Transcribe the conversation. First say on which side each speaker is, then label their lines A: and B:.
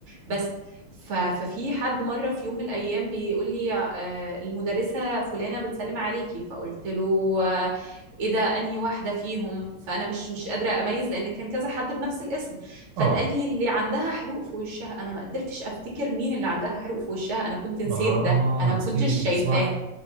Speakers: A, on the right; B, on the right.
A: بس ف- ففي حد مره في يوم من الايام بيقول لي آه المدرسه فلانه بتسلم عليكي فقلت له آه، ايه ده انهي واحده فيهم فانا مش مش قادره اميز لان كان كذا حد بنفس الاسم فتقال
B: اه
A: لي اللي عندها حروق في وشها انا ما قدرتش افتكر مين اللي عندها حروق في وشها انا كنت نسيت
B: اه
A: ده انا ما
B: نسيت
A: كنتش شايفاه
B: صح